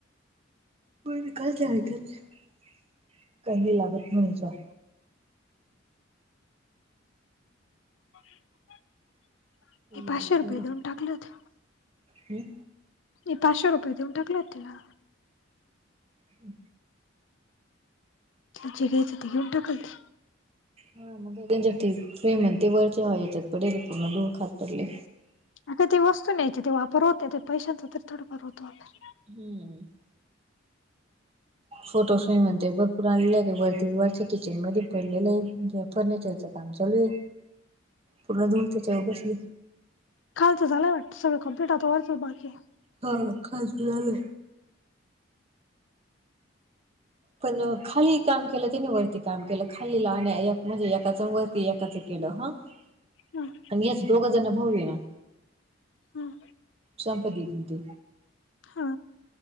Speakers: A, on the right (about 30°); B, on the left (about 70°).
A: विकयच <unintelligible> काही नाही लागत <unintelligible> जा.
B: <inaudible> मी पाचशे
A: येडे
B: रुपये
A: पोरं
B: देऊन टाकले होते.
A: हम्म
B: मी पाचशे रुपये देऊन टाकलेत तिला.
A: हम्.
B: जे घ्यायच ते घऊन टाकल ती.
A: हा मग त्यांच्यासाठी फेम ते वरच्या याच्यात पडेले पूर्णधुळ खात पडलयं.
B: अग ते वस्तू नाहीयची ते वापर होत नाही. तर पैशांचा तर थोडाफार होतो वापर.
A: हम्म. फोटोस म्हणते भरपूर आणलेला आहे ते वरदी वरच्या किचन मध्ये पडलेले हाईत. म्हणजे फर्निचरच काम चालू आहे पूर्ण धूळ त्याच्यावर बसली.
B: खालं झालंय वाट सगं कं्प्लीट होतं वर बाकी
A: हा खालती झालं पण खाली काम केलं त्यानी वरती काम केलं खालीला म्हणजे एकाचं वरती एकाचं केलं हा ह
B: हम्
A: पण येच दोघ जण भाऊ ये ना,
B: हम्म
A: संपती तते
B: हा